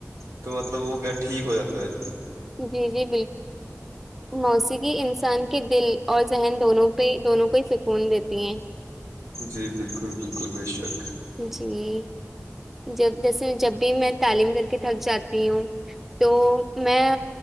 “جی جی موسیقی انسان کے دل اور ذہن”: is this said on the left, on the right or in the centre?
Centre